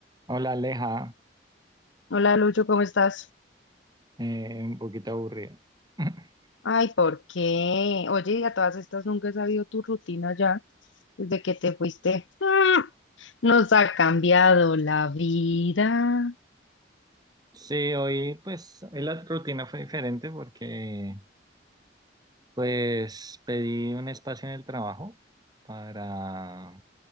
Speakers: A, on the right (about 20°); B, on the left (about 85°).
A: Hola Aleja,
B: Hola Lucho, ¿cómo estás?
A: Eh, un poquito aburrido. <laughs>
B: Ay, ¿por qué? Oye, y a todas estas nunca he sabido tu rutina ya desde que te fuiste. ¡Ah! Nos ha cambiado la vida.
A: Sí, hoy pues hoy la rutina fue diferente porque pues pedí un espacio en el trabajo para